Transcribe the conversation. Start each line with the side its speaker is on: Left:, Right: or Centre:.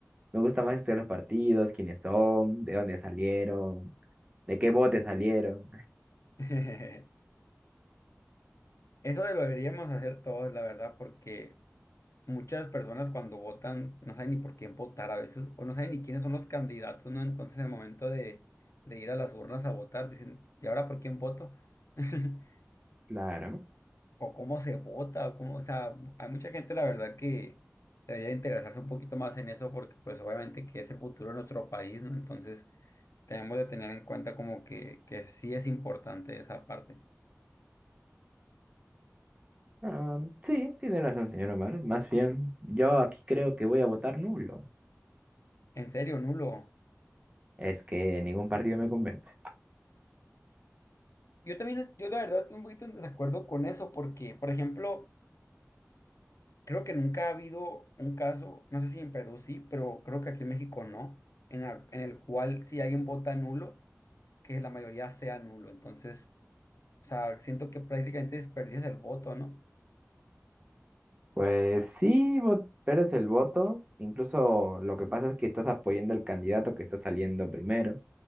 Right: me gusta más estudiar los partidos, quiénes son, de dónde salieron, de qué bote salieron,
Left: <laughs> Eso lo deberíamos hacer todos, la verdad, porque muchas personas cuando votan no saben ni por quién votar a veces, o no saben ni quiénes son los candidatos, ¿no? Entonces, en el momento de, de ir a las urnas a votar, dicen, ¿y ahora por quién voto? <laughs>
Right: claro.
Left: O cómo se vota, o cómo, o sea, hay mucha gente, la verdad, que debería interesarse un poquito más en eso, porque pues obviamente que es el futuro de nuestro país, ¿no? Entonces, tenemos de tener en cuenta como que, que sí es importante esa parte.
Right: Ah, sí, tiene razón, señor Omar. Más bien, yo aquí creo que voy a votar nulo.
Left: En serio, nulo.
Right: Es que ningún partido me convence.
Left: Yo también, yo la verdad estoy un poquito en desacuerdo con eso, porque, por ejemplo, Creo que nunca ha habido un caso, no sé si en Perú sí, pero creo que aquí en México no, en, la- en el cual si alguien vota nulo, que la mayoría sea nulo. Entonces, o sea, siento que prácticamente desperdicias el voto, ¿no?
Right: Pues sí, vot- pero es el voto. Incluso lo que pasa es que estás apoyando al candidato que está saliendo primero.